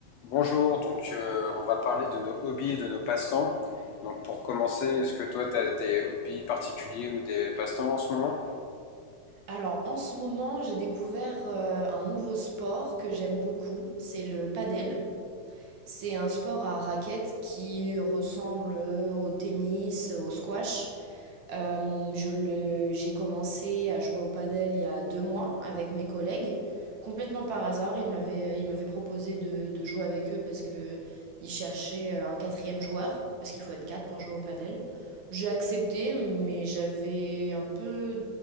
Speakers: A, on the left (about 75°); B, on the right (about 65°).
A: Bonjour, donc euh, on va parler de nos hobbies et de nos passe-temps. Donc pour commencer, est-ce que toi tu as des hobbies particuliers ou des passe-temps en ce moment?
B: Alors en ce moment, j'ai découvert euh, un nouveau sport que j'aime beaucoup, c'est le padel. C'est un sport à raquettes qui ressemble euh, au tennis, euh, au squash. Euh, je le, j'ai commencé à jouer au padel il y a deux mois avec mes collègues. Complètement par hasard, ils m'avaient, ils m'avaient proposé de, de jouer avec eux parce que ils cherchaient euh, un quatrième joueur, parce qu'il faut être quatre pour jouer au padel. J'ai accepté, mais j'avais un peu